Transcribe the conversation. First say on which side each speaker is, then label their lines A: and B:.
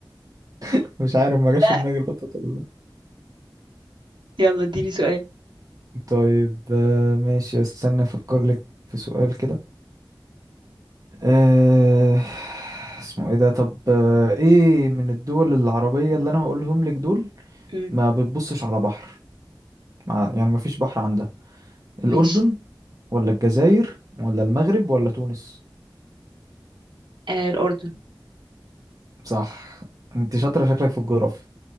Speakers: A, on the right; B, on the right.
A: <laughs> عارف ما جاش
B: لا
A: في دماغي القطط ولا لأ.
B: يلا اديني سؤال
A: طيب آه، ماشي استنى افكر لك في سؤال كده آه، اسمه ايه ده طب آه، ايه من الدول العربية اللي انا هقولهم لك دول
B: مم،
A: ما بتبصش على بحر مع- يعني ما فيش بحر عندها الاردن
B: ماشي
A: ولا الجزائر ولا المغرب ولا تونس
B: آه الأردن
A: صح انت شاطرة شكلك في الجغرافيا